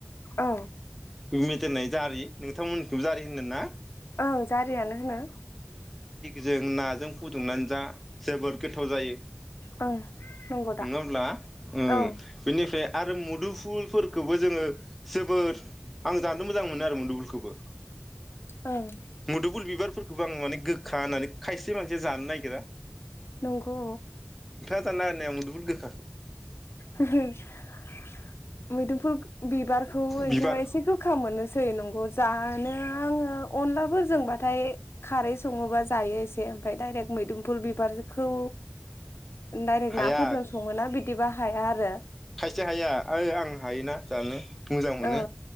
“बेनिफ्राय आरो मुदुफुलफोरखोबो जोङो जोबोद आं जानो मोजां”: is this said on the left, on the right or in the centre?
Centre